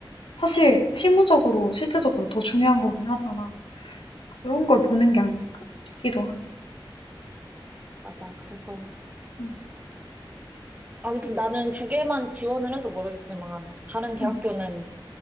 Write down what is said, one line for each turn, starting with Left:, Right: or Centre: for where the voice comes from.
Left: 사실 실무적으로, 실제적으로 더 중요한 거긴 하잖아. 그런 걸 보는 게 아닐까 싶기도 하네.
Right: 맞아. 그래서
Left: 음,
Right: 아무튼 나는 두 개만 지원을 해서 모르겠지만 다른 대학교는
Left: 음,